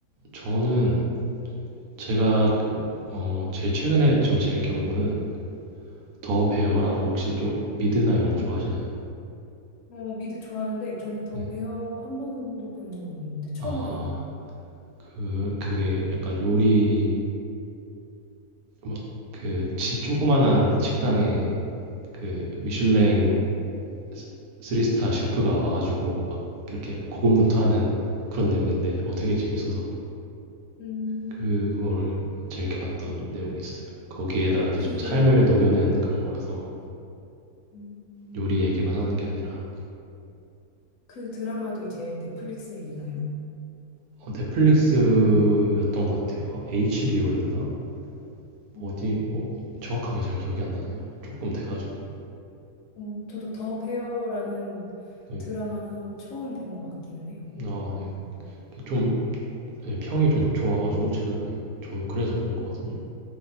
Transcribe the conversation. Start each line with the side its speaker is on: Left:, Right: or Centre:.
Right: 저는 제가 어 제일 최근에 좀 재밌게 본 거는 더 베어라고 혹시 좀 미드나 이런 거 좋아하시나요?
Left: 어, 미드 좋아하는데 저는 더
Right: 네.
Left: 베어 한 번도 본 적은 없는데 처음
Right: 아.
Left: 들어요.
Right: 그 그게 약간 요리 막그 조그만한 식당에 그 미슐랭 쓰 3 스타 셰프가 와 가지고 막 이렇게 고군분투하는 그런 내용인데 어 되게 재밌어서
Left: 음,
Right: 그거를 재밌게 봤던 내용이 있어요. 거기에다가 이제
Left: 그,
Right: 좀 삶을
Left: 네.
Right: 녹여낸 그런 거라서
Left: 음,
Right: 요리 얘기만 하는 게 아니라
Left: 그 드라마도 이제 넷플릭스에 있나요?
Right: 어, 넷플릭스였던 것 같아요. HBO였나?
Left: 음,
Right: 어디 정확하게 잘 기억이 안 나네요. 조금 돼가지고.
Left: 어, 저도 더 베어라는
Right: 네.
Left: 드라마는 처음 본 것 같기는 해요.
Right: 아,
Left: 음,
Right: 네. 좀 네, 평이 좀
Left: 네.
Right: 좋아가지고 최근에 저도 그래서 본 거거든요.